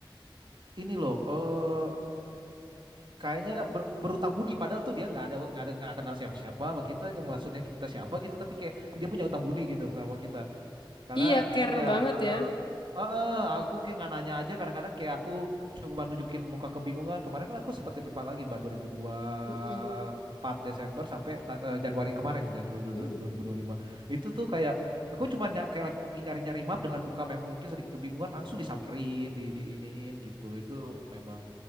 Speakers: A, on the right; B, on the left.
A: ini loh eh kayaknya ber- berutang budi padahal tuh dia nggak ada nggak ada nggak kenal siapa-siapa sama kita. Maksudnya kita siapa gitu tapi kayak dia punya utang budi gitu sama kita. Karena
B: iya care
A: ya,
B: banget
A: heeh.
B: ya
A: Heeh, aku kayak nggak nanya aja kadang-kadang kayak aku cuma nunjukin muka kebingungan. Kemarin kan aku sempat ke Jepang lagi Mbak dua ribu dua
B: Mm-mm.
A: ribu empat Desember sampai ta- eh, Januari kemarin nih Januari dua
B: Mm-mm.
A: dua ribu dua puluh lima. Itu tuh kayak aku cuma ny- kayak lagi nyari-nyari map dengan muka memang mungkin sedikit kebingungan langsung disamperin, di diiniin gitu. Itu memang